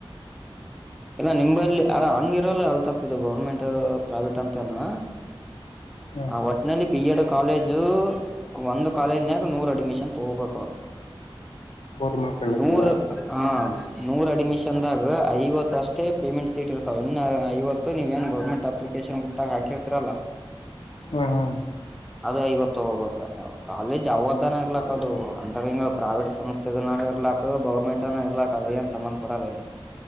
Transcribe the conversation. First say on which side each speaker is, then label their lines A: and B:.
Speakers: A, in the centre; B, on the left.
A: ಇಲ್ಲ ನಿಲ್ಲಿ ಹಂಗ ಇರಲ್ಲ ಎಲ್ ತಪ್ಪು ಗೌರ್ಮೆಂಟ್ ಪ್ರೈವೇಟ್ ಅಂತ ಂತನು
B: ಹ್ಮ್
A: ಆ ಒಟ್ಟನಲ್ಲಿ ಬಡ ಕಾಲೇಜು ಒಂದು್ ಕಾಲೇಜ್ನ್ಯಾಗ ನೂರ ಅಡ್ಮಿಷನ್ ತಗೋಬೇಕ ಅವ್ರ
B: ಗೌರ್ಮೆಂಟ್ ಕಾಲೇಜಿಂದ
A: ನೂರು ಹಾ ನೂರ ಅಡ್ಮಿಷನ್ದಾಗ ಐವತ್ತಷ್ಟೇ ಪೇಮೆಂಟ್ ಸೀಟ್ ಇರ್ತಾವ ಇನ್ನು ಐತ್ತು ನೀವೇಏನು ಗೌರ್ಮೆಂಟ್ ಅಪ್ಲಿಕ ೇಶನ್ ಮುುಟ್ಟಾಗ ಹಾಕಿರ್ತಿರಲ್ಲಾ
B: ಹ್ಮ
A: ಅದ ಐವತ್ತು ತಗೋಬೇಕವು ಕಾಲೇಜ್ ಅವಾದ್ದಾನ ಇರ್ಲಕ್
B: ಹೌದಾ
A: ಅದು ಅಂತರ ಹಿಂಗ ಪ್ರೈವೇಟ್ ಸಂಸ್ಥೆದನ ಇರ್ಲಾಕ್ ಗೌರ್ಮೆಂಟ್ ಅನ ಇರ್ಲಾಕ್ ಅದ ಏನ್ ಸಂಬಂಧ ಪಡಲ್ಲ ಇಲ್ಲಿ